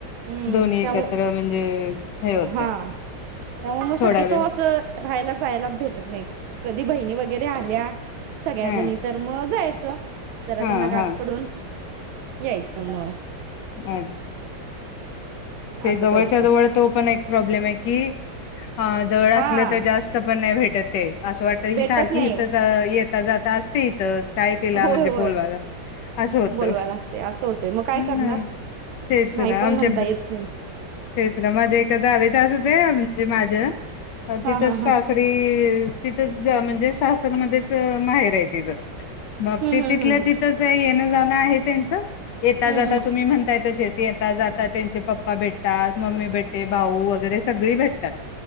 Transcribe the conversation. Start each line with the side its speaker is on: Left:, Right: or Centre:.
Right: हम्म
Left: दोन्ही
Right: त्यामुळ
Left: एकत्र म्हणजे हे होतय
Right: हा मग शक्यतो
Left: थोडा वेळ
Right: अस राहायला जायला भेट नाही कधी बहिणी वगैरे आल्या सगळ्या
Left: हा
Right: जणी तर म जाय च् तरा
Left: हा
Right: त्यांना गाठ
Left: हा
Right: पडून यायच म.
Left: हा ते
Right: असं
Left: जवळच्या
Right: करतोय
Left: जवळ तो पण एक प्रॉब्लेम आहे की जवळ असल
Right: हा
Left: त जास्त पण नाय भेट त ते <unintelligible> अस वाटत
Right: भेटत
Left: ही सारखीे
Right: नाही
Left: हितच येता जात असते इथच काय तिला
Right: होय
Left: म्हणजे
Right: होय
Left: बोलवायला अस होत
Right: बोलवाय लागते असं होतंय मग काय
Left: ह
Right: करणार
Left: तेच
Right: नाही
Left: ना
Right: पण
Left: आमच्या
Right: म्हणता येत नाही.
Left: तेच ना माझ्या एका जावे <inaudible> माझ
Right: हा
Left: तिथच
Right: हा हा
Left: सासरी तिथच म्हणजे मध्येच माहेर आहे तीज मग
Right: हम्म
Left: ते
Right: हम्म
Left: तिथल्या
Right: हम्म हम्म
Left: तिथंच येण जाण आहे त्यानंच येता
Right: हम्म
Left: जाता.
Right: हम्म
Left: म्हणताय तसेच येता जाता त्यांचे पप्पा भेटतात. मम्मी भेटते भाऊ वगैरे सगळी भेटतात